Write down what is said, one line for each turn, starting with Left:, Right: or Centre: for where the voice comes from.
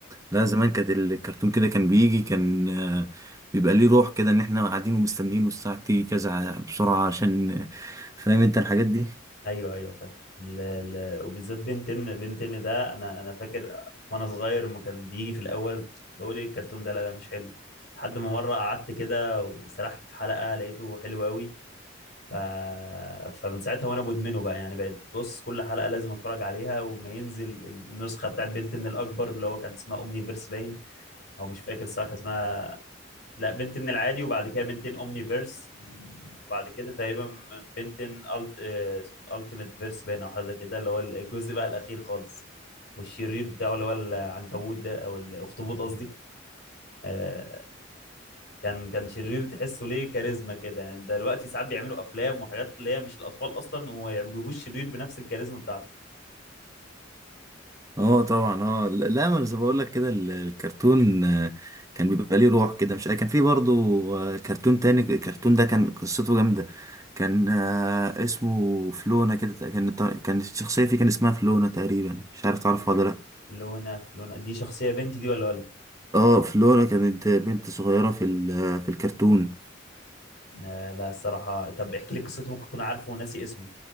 Right: لا زمان كانت الكرتون كده كان بيجي كان آه، بيبقى ليه روح كده ان احنا قاعدين ومستنيين والساعة تيجي كذا ع- بسرعة عشان آه، فاهم انت الحاجات دي
Left: ايوه ايوه فاهم ال- ال- وبالذات بنتين بنتين ده انا انا فاكر وانا صغير لما كان بيجي في الاول بقول ايه الكرتون ده لا لا مش حلو لحد ما مرة قعدت كده وسرحت في حلقة لقيته حلو قوي ف... فمن ساعتها وانا مدمنه بقى يعني بقيت بص كل حلقه لازم اتفرج عليها وما ينزل ال- النسخه بتاعت بنتن الاكبر اللي هو كان اسمها اومني فيرس باين او مش فاكر الصراحه كان اسمها لا بنتن العادي وبعد كده بنتن اومني فيرس وبعد كده تقريبا من بنتن الت التيميت فيرس باين او حاجه زي كده اللي هو الجزء بقى الاخير خالص والشرير بتاعه اللي هو العنكبوت ده او الاخطبوط قصدي آه، كان كان شرير تحسه ليه كاريزما كده يعني دلوقتي ساعات بيعملوا افلام وحاجات اللي هي مش الاطفال اصلا وما بيجيبوش شرير بنفس الكاريزما بتاعته
Right: اه طبعا اه لا لا، ما انا زي ما بقول لك كده ال- الكرتون آه، كان بيبقى ليه روح كده مش كان في برضو آه، كرتون تاني الكرتون ده كان قصته جامدة كان آه، اسمه فلونة كده كان كان الشخصية فيه كان اسمها فلونة تقريبا مش عارف تعرفها ولا لا
Left: لونا فلونا دي شخصيه بنتي دي ولا ولد
Right: اه فلورا كانت بنت صغيرة في ال- في الكرتون
Left: آه لا الصراحه طب احكي لي قصته ممكن اكون عارفه وناسي اسمه